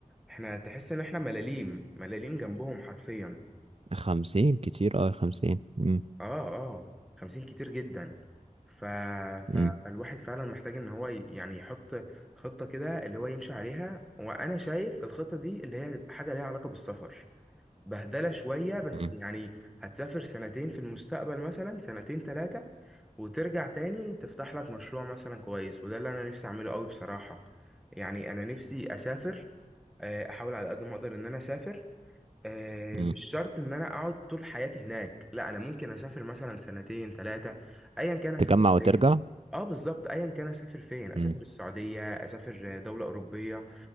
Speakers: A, in the centre; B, on the right.
A: احنا تحس ان احنا ملاليم ملاليم جنبهم حرفيا
B: خمسين كتير اه خمسين مم.
A: اه اه خمسين كتير جدا ف...
B: مم.
A: ف... فالواحد فعلا محتاج ان هو ي- يعني يحط خطة كده اللي هو يمشي عليها وانا شايف الخطة دي اللي هي حاجة ليها علاقة بالسفر بهدلة شوية بس
B: مم.
A: يعني هتسافر سنتين في المستقبل مثلا سنتين ثلاثة وترجع تاني تفتح لك مشروع مثلا كويس وده اللي أنا نفسي أعمله قوي بصراحة يعني أنا نفسي أسافر آه، أحاول على قد ما أقدر إن أنا أسافر آه،
B: مم.
A: مش شرط ان انا اقعد طول حياتي هناك لا انا ممكن اسافر مثلا سنتين ثلاثه ايا كان اسافر
B: تجمع وترجع
A: فين اه بالظبط ايا كان اسافر فين اسافر
B: مم.
A: السعوديه اسافر دوله اوروبيه